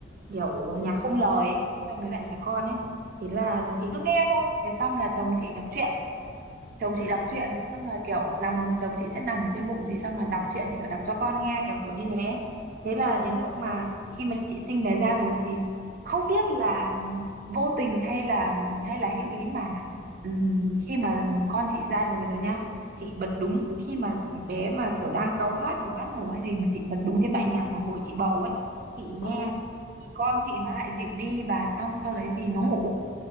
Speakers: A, on the right; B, on the left.
A: kiểu
B: Ừ.
A: nhạc không lời ấy cho mấy bạn trẻ con ấy thì là
B: À,
A: chị cứ nghe thôi thế xong là chồng chị đọc truyện chồng
B: à.
A: chị đọc truyện thế xong là kiểu nằm chồng chị sẽ nằm ở trên bụng chị xong là đọc truyện thì kiểu đọc cho con nghe kiểu kiểu như thế thế là
B: À,
A: đến lúc mà khi mà chị sinh bé ra rồi thì không biết là vô tình hay là hay là hữu ý mà là ừm, khi mà con chị ra đời rồi nhá chị bật đúng khi mà bé mà kiểu đang cáu gắt mà ngắt ngủ hay gì mà chị bật đúng cái bài nhạc mà hồi chị bầu ấy chị nghe
B: ồ,
A: thì con chị nó lại dịu đi và xong sau đấy thì nó ngủ